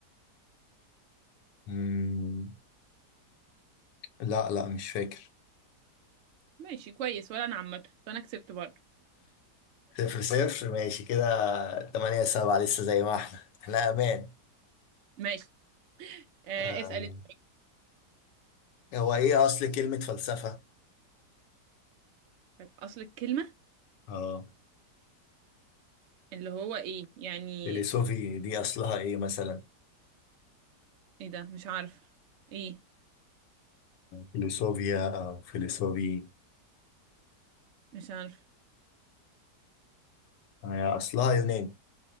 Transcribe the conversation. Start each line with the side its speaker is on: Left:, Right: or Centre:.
Left: أمم، لا لا مش فاكر
Right: ماشي كويس ولا أنا عامة فأنا كسبت برضه
Left: صفر صفر ماشي كده تمانية سبعة لسه زي ما احنا احنا أمان
Right: ماشي آه
Left: آه
Right: اسأل انت.
Left: هو إيه أصل كلمة فلسفة؟
Right: أصل الكلمة
Left: اه
Right: اللي هو إيه يعني
Left: فيلسوفي دي أصلها إيه مثلا؟
Right: إيه ده مش عارف إيه
Left: فيلسوفيا أو فيلسوفي
Right: مش عارف
Left: هي أصلها يوناني